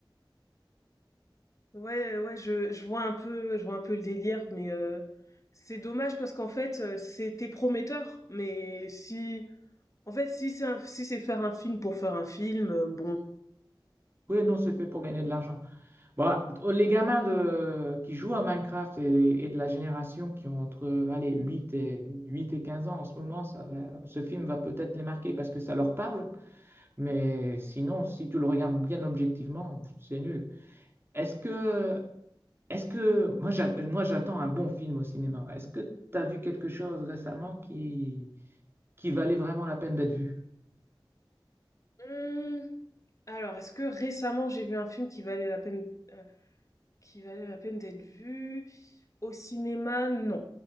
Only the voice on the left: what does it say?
Ouais, ouais, je, je vois un peu, je vois un peu le délire, mais euh, c'est dommage parce qu'en fait, euh, c'était prometteur. Mais si, en fait, si c'est un- si c'est faire un film pour faire un film, euh, bon.
Hmm, alors, est-ce que récemment j'ai vu un film qui valait la peine, euh, qui valait la peine d'être vu au cinéma? Non,